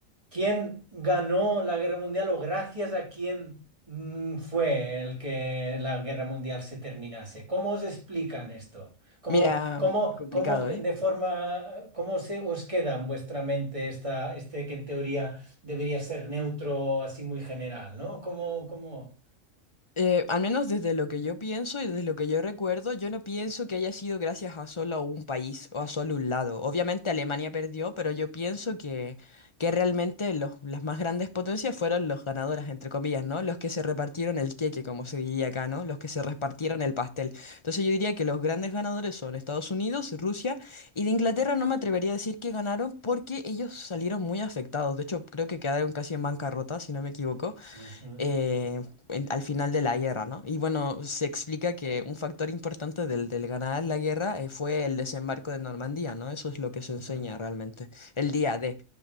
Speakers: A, on the right (about 25°); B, on the left (about 25°).
A: ¿Quién ganó la guerra mundial o gracias a quién mm, fue el que la guerra mundial se terminase? ¿Cómo os explican esto? ¿Cómo,
B: Mira,
A: cómo,
B: complicado,
A: cómo de
B: ¿eh?
A: forma, cómo se os queda en vuestra mente esta, este que en teoría debería ser neutro, así muy general, ¿no? ¿Cómo, cómo?
B: Eh, al menos desde lo que yo pienso y desde lo que yo recuerdo, yo no pienso que haya sido gracias a solo un país o a solo un lado. Obviamente Alemania perdió, pero yo pienso que, que realmente los, las más grandes potencias fueron los ganadores, entre comillas, ¿no? Los que se repartieron el queque, como se diría acá, ¿no? Los que se repartieron el pastel. Entonces yo diría que los grandes ganadores son Estados Unidos, Rusia y de Inglaterra no me atrevería a decir que ganaron porque ellos salieron muy afectados. De hecho, creo que quedaron casi en bancarrota, si no me equivoco.
A: Ujú,
B: eh, en- al final de la guerra, ¿no? Y bueno, se explica que un factor importante del, del ganar la guerra eh, fue el desembarco de Normandía, ¿no? Eso es lo que se
A: ujú.
B: enseña realmente, el día de.